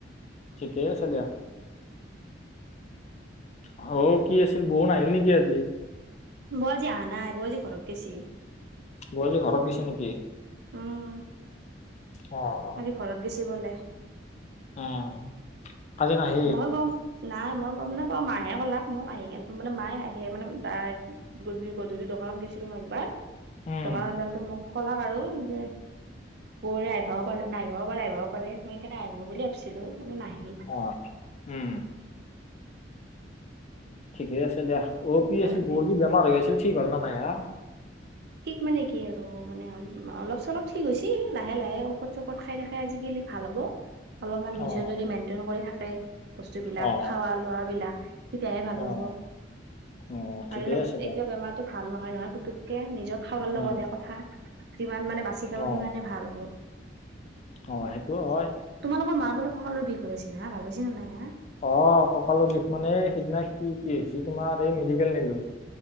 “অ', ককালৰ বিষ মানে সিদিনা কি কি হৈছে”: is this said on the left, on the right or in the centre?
Left